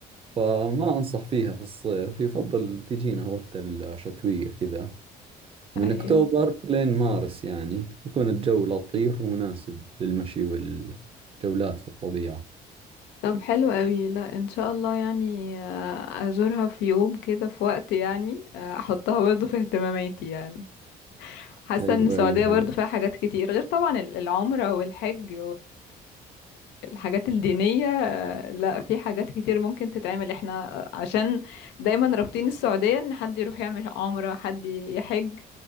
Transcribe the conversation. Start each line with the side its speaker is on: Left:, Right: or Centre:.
Right: فما أنصح فيها في الصيف يفضل تجينا وقت الشتوية كذا من
Left: ايوه
Right: أكتوبر لين مارس يعني يكون الجو لطيف ومناسب للمشي والجولات في الطبيعة
Left: طب حلو قوي لا ان شاء الله يعني آه، ازورها في يوم كده في وقت يعني آه، احطها برضو في اهتماماتي يعني حاسه
Right: أيوة
Left: ان السعوديه
Right: أيوة
Left: برضو
Right: أيوة
Left: فيها حاجات كتير غير طبعا ال- العمره والحج الحاجات الدينية آه، لا في حاجات كتير ممكن تتعمل احنا عشان دايما رابطين السعودية ان حد يروح يعمل عمرة حد يحج